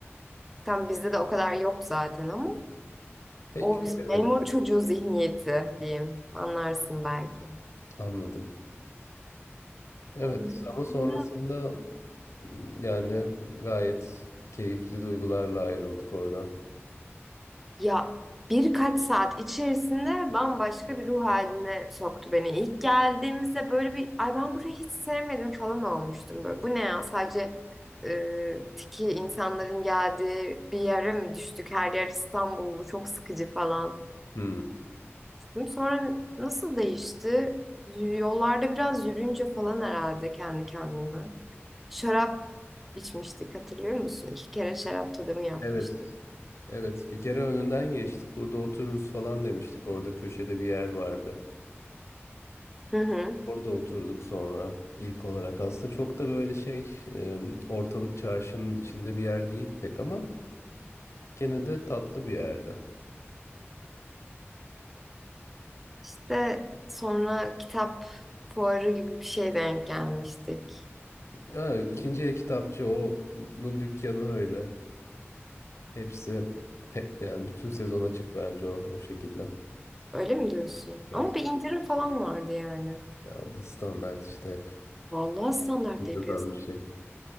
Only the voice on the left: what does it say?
Peki
yok evet
anladım. Evet
ama sonrasında
m, yani gayet keyifli duygularla ayrıldık oradan.
Hı.
Evet Evet, bir kere önünden geçtik. Burada otururuz falan demiştik. Orada köşede bir yer vardı.
Orada oturduk sonra ilk olarak. Aslında çok da böyle şey e, ortalık çarşının içinde bir yer değil pek ama gene de tatlı bir yerde.
Ha, ikinci el kitapçı onun dükkanı öyle. Hepsi hep yani bütün sezon açık bence o o şekilde.
Evet.
Ya o da standart işte hep
yazan
bir şey.